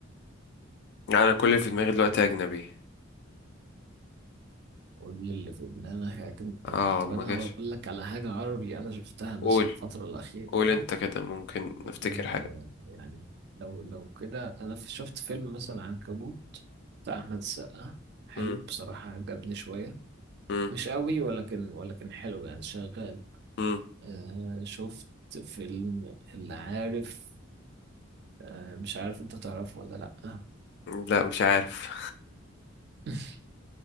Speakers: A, on the left; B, on the right.
A: يعني أنا كل اللي في دماغي دلوقتي أجنبي
B: كل اللي في دماغك اجنبي
A: اه
B: طب
A: ما
B: انا
A: جاش
B: هقول لك على حاجه عربي انا شفتها مثلا
A: قول
B: الفتره الاخيره
A: قول أنت كده ممكن
B: ويعني
A: نفتكر حاجة
B: لو لو كده انا في- شفت فيلم مثلا عنكبوت بتاع احمد السقا حلو
A: مم.
B: بصراحة عجبني شوية
A: مم.
B: مش قوي ولكن ولكن حلو يعني شغال
A: مم.
B: آه شفت فيلم اللي عارف آه مش عارف انت تعرفه ولا لأ
A: لا مش عارف
B: <laughs>